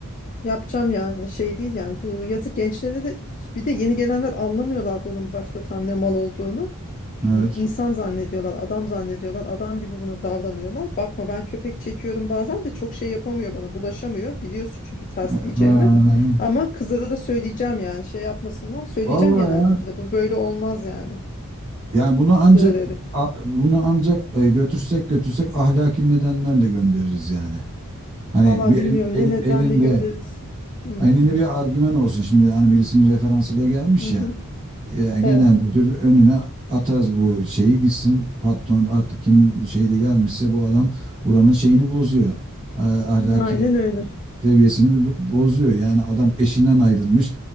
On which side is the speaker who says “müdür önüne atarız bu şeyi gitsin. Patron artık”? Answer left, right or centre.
Right